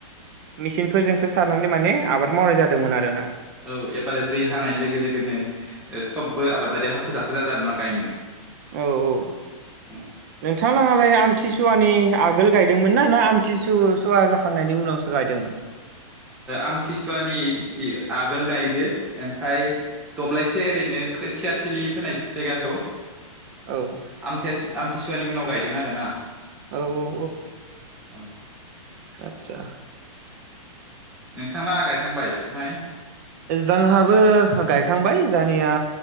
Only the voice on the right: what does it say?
मेसिनफोरजोंसो सारनानै माने आबाद मावनाय जादोंमोन आरोना
औ-औ
नोंथां लाहालाय आमथिसुवानि आगोल गायदोंमोन ना ना आमथि सु सुवा जाखांनायनि उनावसो गायदोंमोन
औ
औ-औ
आतसा
जोंहाबो गायखांबाय जोंहानिया